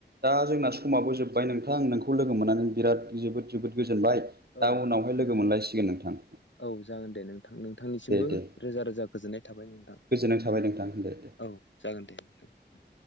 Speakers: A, on the right; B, on the left.
A: दा जोंना समाबो जोब्बाय नोंथां नोंखौ लोगो मोननानै बिराद जोबोद जोबोद गो जोनबाय दा
B: औ
A: उनावहाय लोगो मोनलायसिगोन नोंथां
B: औ जागोन दे नोंथां नोंथांनिसिमबो
A: दे दे
B: रोजा रोजा गोजोननाय थाबाय नोंथां
A: गोजोननाय थाबाय नोंथां दे दे
B: औ जागोन दे नोंथां